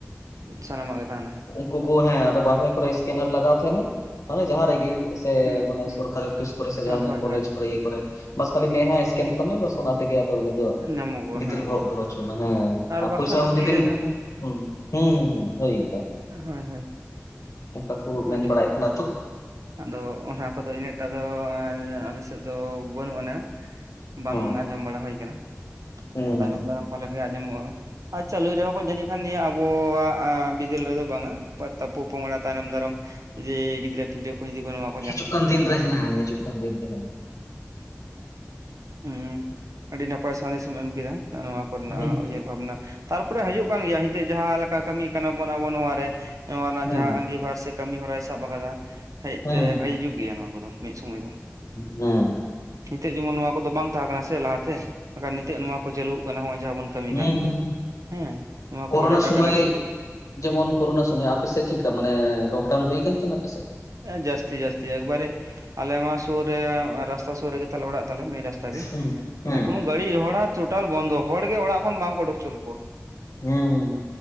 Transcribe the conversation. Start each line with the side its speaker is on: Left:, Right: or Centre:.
Right: ᱥᱟᱱᱟᱢᱟᱜ ᱜᱮ ᱛᱟᱦᱮᱱᱟ।
Left: ᱠᱩ ᱠᱚ ᱦᱮᱸ ᱟᱫᱚ ᱵᱟᱨᱦᱮ ᱠᱚᱨᱮ ᱥᱠᱮᱱᱟᱨ ᱞᱟᱜᱟᱣ ᱛᱟᱦᱮᱸᱱᱟ᱾ ᱟᱨ ᱡᱟᱦᱟᱸ ᱨᱮᱜᱮ ᱼᱼ ᱥᱮ
Right: ᱦᱩᱸ
Left: ᱢᱟᱱᱮ
Right: ᱦᱩᱸ
Left: ᱥᱚᱨᱠᱟᱨᱤ ᱚᱯᱷᱤᱥ ᱠᱚᱨᱮ ᱥᱮ ᱡᱟᱦᱟᱱ
Right: ᱦᱳᱭ
Left: ᱠᱚᱞᱮᱡᱽ
Right: ᱦᱳᱭ
Left: ᱠᱚᱨᱮ ᱤᱭᱟᱹ ᱠᱚᱨᱮ ᱵᱟᱥ ᱠᱷᱟᱞᱤ ᱢᱮᱫ ᱦᱟᱸᱜ ᱥᱠᱮᱱ ᱛᱟᱢᱟᱭ ᱵᱟᱥ ᱚᱱᱟ ᱼᱼ ᱛᱮᱜᱮ ᱟᱫᱚ ᱩᱱᱤ ᱫᱚ
Right: ᱧᱟᱢᱚᱜᱚᱜᱼᱟ
Left: ᱵᱷᱤᱛᱤᱨ
Right: ᱦᱮᱸ
Left: ᱵᱚ ᱵᱚᱞᱚ ᱦᱚᱪᱚ ᱟᱢᱟᱭ᱾ ᱦᱮᱸ ᱟᱨ
Right: ᱵᱟᱠᱷᱟᱱ
Left: ᱯᱚᱭᱥᱟ
Right: ᱫᱚ
Left: ᱦᱚᱸ
Right: ᱛᱤᱨᱮ
Left: ᱡᱩᱫᱤᱢ ᱼᱼ
Right: ᱡᱟᱦᱟᱸ ᱛᱟᱦᱮᱱᱟ
Left: ᱦᱩᱸ ᱦᱩᱸ ᱦᱩᱸ ᱦᱩᱸ ᱵᱷᱟᱜᱤ <inaudible> ᱜᱮ ᱛᱚ।
Right: ᱦᱳᱭ ᱦᱳᱭ
Left: ᱚᱱᱠᱟ ᱠᱚ ᱢᱮᱱ
Right: ᱟᱹᱰᱤ
Left: ᱵᱟᱲᱟᱭᱮᱫ ᱛᱟᱦᱮᱱᱟ ᱛᱚ।
Right: ᱟᱫᱚ ᱚᱱᱟ ᱠᱚᱫᱚ ᱤᱱᱟᱹᱜᱴᱟ ᱫᱚ ᱟᱞᱮᱥᱮᱫ ᱫᱚ ᱵᱟᱹᱱᱩᱜ ᱟᱱᱟ। ᱵᱟᱝ
Left: ᱦᱚᱸ
Right: ᱟᱸᱡᱚᱢ ᱵᱟᱲᱟ ᱦᱩᱭ ᱟᱠᱟᱱᱟ
Left: ᱦᱩᱸ
Right: ᱟᱨ ᱛᱟᱭᱚᱢᱱ ᱫᱟᱨᱟᱢ ᱯᱟᱞᱮᱱ ᱜᱮ ᱟᱸᱡᱚᱢᱚᱜ ᱦᱟᱸᱜ। ᱟᱪᱪᱷᱟ ᱞᱟᱹᱭ ᱨᱮᱦᱚᱸ ᱠᱚ ᱡᱟᱹᱱᱤᱡ ᱠᱷᱟᱱ ᱱᱤᱭᱟᱹ ᱟᱵᱚᱣᱟᱜ ᱵᱤᱫᱟᱹᱞ ᱨᱮᱫᱚ ᱵᱟᱝ ᱟ᱾ ᱯᱟ ᱛᱟᱯᱩ ᱯᱚᱝᱲᱟ ᱛᱟᱭᱱᱚᱢ ᱫᱟᱨᱚᱢ ᱼᱼ ᱡᱮ ᱜᱤᱫᱽᱨᱟᱹ ᱯᱚᱫᱽᱨᱟᱹ ᱠᱚ ᱡᱩᱫᱤ ᱠᱚ ᱱᱚᱣᱟ ᱼᱼ
Left: ᱦᱤᱡᱩᱜ ᱠᱟᱱ ᱫᱤᱱ ᱨᱮ ᱦᱮᱸ ᱦᱤᱡᱩᱜ ᱠᱟᱱ ᱫᱤᱱ ᱨᱮ ᱦᱮᱸ।
Right: ᱩᱸᱻ ᱟᱹᱰᱤ ᱱᱟᱯᱟᱭ ᱥᱟᱸᱫᱮᱥ ᱮᱢ ᱠᱮᱫᱟ ᱱᱚᱜ-ᱚ ᱱᱚᱣᱟ। ᱠᱚᱨᱮᱱᱟᱜ
Left: ᱦᱩᱸ
Right: ᱩᱭᱦᱟᱹᱨ ᱵᱷᱟᱵᱱᱟ ᱛᱟᱨᱯᱚᱨᱮ ᱦᱟᱡᱩᱜ ᱠᱟᱱ ᱜᱮᱭᱟ ᱦᱤᱛᱚᱜ ᱡᱟᱦᱟᱸ ᱞᱮᱠᱟ ᱠᱟᱹᱢᱤ ᱠᱟᱱᱟ ᱵᱚᱱ ᱟᱵᱚ ᱱᱚᱣᱟ ᱨᱮ। ᱱᱚᱣᱟ ᱨᱮᱱᱟᱜ
Left: ᱦᱩᱸ
Right: ᱡᱟᱦᱟᱸ ᱟᱸᱜᱤᱵᱷᱟᱨ ᱥᱮ ᱠᱟᱹᱢᱤ ᱦᱚᱨᱟᱭ ᱥᱟᱵ ᱟᱠᱟᱫᱟ। ᱦᱮᱡ
Left: ᱦᱩᱸ
Right: ᱛᱮ
Left: ᱦᱩᱸ
Right: ᱦᱟᱡᱩᱜ ᱜᱮᱭᱟ ᱱᱚᱣᱟ ᱠᱚᱫᱚ ᱢᱤᱫ ᱥᱚᱢᱚᱭ ᱫᱚ।
Left: ᱦᱩᱸ
Right: ᱱᱤᱛᱚᱜ ᱡᱮᱢᱚᱱ ᱱᱚᱣᱟ ᱠᱚᱫᱚ ᱵᱟᱝ ᱛᱟᱦᱮᱸ ᱠᱟᱱᱟ ᱥᱮ ᱞᱟᱦᱟᱛᱮ। ᱢᱮᱱᱠᱷᱟᱱ ᱱᱤᱛᱚᱜ ᱱᱚᱣᱟ ᱠᱚ ᱪᱟᱹᱞᱩ ᱠᱟᱱᱟ ᱱᱚᱜᱚᱭ ᱡᱟᱦᱟᱸ ᱵᱚᱱ ᱠᱟᱹᱢᱤ
Left: ᱦᱩᱸ
Right: ᱠᱟᱱ᱾
Left: ᱦᱩᱸ
Right: ᱦᱮᱸ ᱱᱚᱣᱟ
Left: ᱠᱳᱨᱳᱱᱟ
Right: ᱠᱚ ᱰᱟᱴᱟ
Left: ᱥᱚᱢᱚᱭ
Right: ᱠᱟᱱᱮᱠᱥ ᱼᱼ
Left: ᱡᱮᱢᱚᱱ ᱠᱚᱨᱳᱱᱟ ᱥᱚᱢᱚᱭ ᱟᱯᱮᱥᱮᱫ ᱪᱮᱫ ᱞᱮᱠᱟ ᱢᱟᱱᱮ ᱞᱚᱠᱰᱟᱣᱩᱱ ᱦᱩᱭ ᱠᱟᱱ ᱛᱟᱦᱮᱱᱟ ᱟᱯᱮᱥᱮᱫ?
Right: ᱮᱸ ᱡᱟᱹᱥᱛᱤ ᱡᱟᱹᱥᱛᱤ ᱮᱠᱵᱟᱨᱮ ᱟᱞᱮ ᱢᱟ ᱥᱩᱨ ᱨᱮ ᱨᱟᱥᱛᱟ ᱥᱩᱨ ᱨᱮ ᱜᱮ ᱚᱲᱟᱜ ᱛᱟᱞᱮ ᱢᱮᱱ ᱨᱟᱥᱛᱟ। <inaudible> ᱛᱟᱜᱮ
Left: ᱦᱩᱸ ᱦᱩᱸ
Right: ᱟᱫᱚ ᱠᱳᱱᱳ ᱜᱟᱹᱲᱤ ᱨᱷᱚᱲᱟ ᱴᱳᱴᱟᱞ ᱵᱚᱱᱫᱚ ᱦᱚᱲ ᱜᱮ ᱚᱲᱟᱜ ᱠᱷᱚᱱ ᱵᱟᱝᱠᱚ ᱚᱰᱚᱠᱪᱚ ᱠᱮᱠᱚᱣᱟ।
Left: ᱦᱩᱸ